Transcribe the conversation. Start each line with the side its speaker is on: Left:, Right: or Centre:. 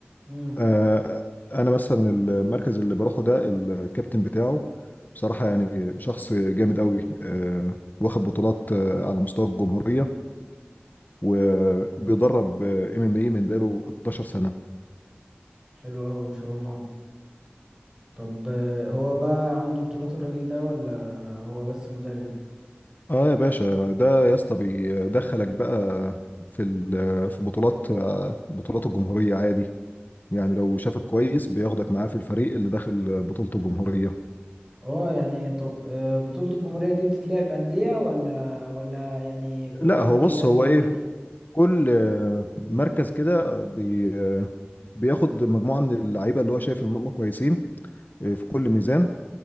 Right: امم
Left: آه، انا مثلا المركز اللي بروحه ده الكابتن بتاعه بصراحه يعني شخص جامد قوي آه، واخد بطولات آه، على مستوى الجمهوريه وبيدرب ام ام اي من بقاله 12 سنه
Right: حلو قوي ما شاء الله طب آه، هو بقى عنده بطولات الراجل ده ولا هو بس مدرب
Left: اه يا باشا ده يا اسطى بيدخلك بقى في ال- في بطولات بطولات الجمهورية عادي يعني لو شافك كويس بياخدك معاه في الفريق اللي داخل بطولة الجمهورية
Right: اه يعني طب آه، بطولة الجمهورية دي بتتلعب أندية ولا ولا يعني كل
Left: لا
Right: واحد
Left: هو
Right: بيقدم
Left: بص هو ايه
Right: عادي
Left: كل آه، مركز كده بي آه، بياخد مجموعة من اللعيبة اللي هو شايف ان هم كويسين آه، في كل ميزان